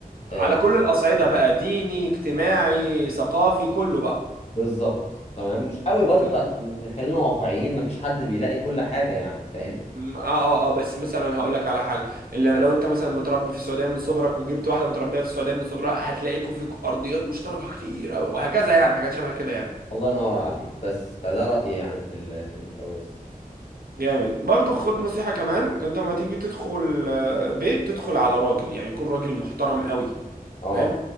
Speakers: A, on the right; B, on the left.
A: على
B: آه
A: كل الأصعدة بقى ديني اجتماعي ثقافي كله بقى
B: بالظبط تمام مش قوي
A: م-
B: برضو عشان خلينا واقعيين مفيش حد بيلاقي كل حاجه يعني فاهم
A: م- اه اه اه بس مثلا هقول لك على حاجة اللي لو انت مثلا متربي في السعودية من صغرك وجبت واحدة متربية في السعودية من صغرها هتلاقيكوا فيكوا أرضيات مشتركة كتير أوي وهكذا يعني حاجات شبه كده يعني
B: الله ينور عليك بس فده رأيي يعني في ال- في الجواز
A: جامد برضو خد نصيحة كمان انت ما تيجي تدخل آه، بيت تدخل على راجل يعني يكون راجل محترم قوي
B: اه
A: فاهم